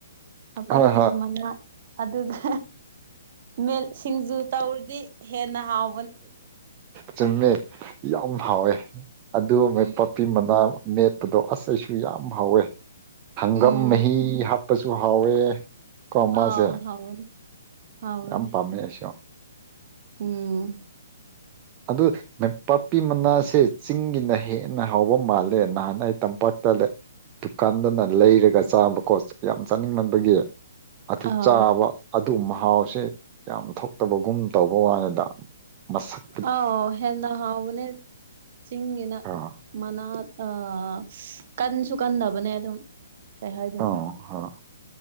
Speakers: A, on the right; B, on the right.
A: ꯃꯥꯄꯥꯛꯄꯤ
B: ꯍꯣꯏ
A: ꯃꯅꯥ ꯑꯗꯨꯒ ꯃꯦꯠ ꯁꯤꯡꯖꯨ ꯇꯧꯔꯗꯤ ꯍꯦꯟꯅ ꯍꯥꯎ
B: ꯆꯨꯝꯃꯦ ꯌꯥꯝ ꯍꯥꯎꯋꯦ ꯑꯗꯨ ꯃꯥꯢꯄꯥꯛꯄꯤ
A: ꯎꯝ
B: ꯃꯅꯥ ꯃꯦꯠꯄꯗꯣ ꯑꯁ ꯑꯩꯁꯨ ꯌꯥꯝ ꯍꯥꯎꯋꯦ ꯍꯪꯒꯥꯝ
A: ꯎꯝ
B: ꯃꯍꯤ ꯍꯥꯞꯄꯖꯨ ꯍꯥꯎꯋꯦ ꯀꯣ ꯃꯥꯖꯦ
A: ꯑꯥꯎ ꯍꯥꯎꯕꯅꯦ ꯍꯥꯎꯕꯅꯦ
B: ꯌꯥꯝ ꯄꯥꯝꯃꯦ ꯑꯩꯁꯨ
A: ꯎꯝ
B: ꯑꯗꯨ ꯃꯥꯢꯄꯥꯛꯄꯤ ꯃꯅꯥꯁꯦ ꯆꯤꯡꯒꯤꯅ ꯍꯦꯟꯅ ꯍꯥꯎꯕ ꯃꯥꯜꯂꯦ ꯅꯍꯥꯟ ꯑꯩ ꯇꯝꯄꯥꯛꯇ ꯂꯩ ꯗꯨꯀꯥꯟꯗꯅ ꯂꯩꯔꯒ ꯆꯥꯕꯀꯣ ꯌꯥꯝ ꯆꯥꯅꯤꯡꯃꯟꯕꯒꯤ ꯑꯗꯨ
A: ꯑꯥꯎ
B: ꯆꯥꯕ ꯑꯗꯨ ꯃꯍꯥꯎꯁꯦ ꯌꯥꯝ ꯊꯣꯛꯇꯕꯒꯨꯝ ꯇꯧꯕ ꯋꯥꯅꯤꯗ ꯃꯁꯛ
A: ꯑꯥꯎ ꯍꯦꯟꯅ ꯍꯥꯎꯕꯅꯦ ꯆꯤꯡꯒꯤꯅ
B: ꯑꯥ
A: ꯃꯥꯅꯥꯠ ꯑꯥ ꯀꯟꯁꯨ ꯀꯟꯗꯕꯅꯦ ꯑꯗꯨꯝ ꯀꯩ ꯍꯥꯢꯗꯣꯢꯅꯣ
B: ꯑꯥ ꯑꯥ